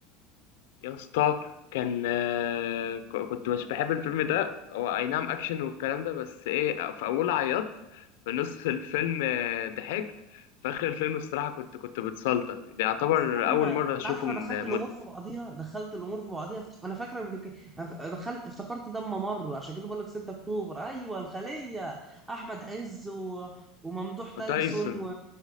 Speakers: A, on the left; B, on the right.
A: يا اسطى كان آه، ك- كنت مش بحب الفيلم ده هو اي نعم اكشن والكلام ده بس ايه في اول عيطت في نص الفيلم آه، ضحكت في اخر الفيلم الصراحة كنت كنت بتسلطن ده يعتبر
B: استنى
A: اول مرة
B: انت
A: اشوفه
B: عارف انا
A: من
B: دخلت الامور
A: مدة
B: في بعضيها دخلت الامور في بعضيها فت- انا فاكره بدك... أنا ف- دخلت افتكرت ده اما مر عشان كده بقول لك 6 اكتوبر ايوه الخليه احمد عز و... وممدوح تايسون
A: تايسون
B: و...